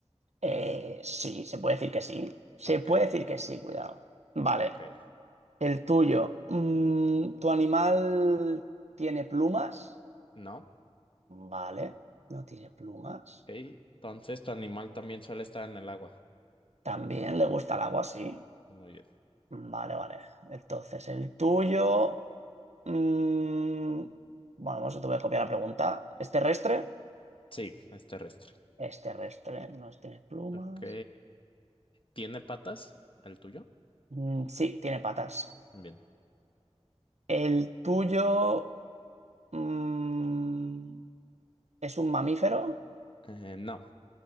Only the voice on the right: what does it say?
Eh, sí, se puede decir que sí. Se
puede decir que sí, cuidado. Vale.
El tuyo. Mm, ¿tu animal tiene plumas?
Vale. No tiene plumas.
También le gusta el agua, sí.
Vale, vale. Entonces, el tuyo. mm, bueno, vamos, te voy a copiar la pregunta. ¿Es terrestre?
Es terrestre, no tiene plumas.
Mm, sí, tiene patas.
¿El tuyo mm, es un mamífero?